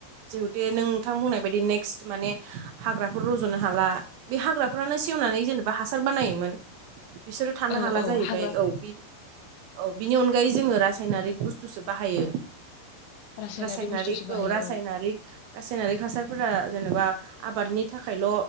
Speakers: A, on the right; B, on the left.
A: जिउ नोंथां बुंनाय बायदि नेकस्ट माने हाग्राफोर रज'नो हाला बे हाग्राफ्रानो सेवनानै जेनेब बा हासार बानायोमोन बिसोरो थानो
B: औ
A: हाला
B: औ
A: जाहैबाय
B: हाग्रा
A: औ बि औ। बिनि अनगायै जोङो रासायनारिक बुस्थुसो बाहायो।
B: रासायनारि
A: रासायनारिक
B: बुस्थुसो बाहायो
A: औ रासायनारिक रासायनारिक हासारफोरा जेनेबा आबादनि थाखायल'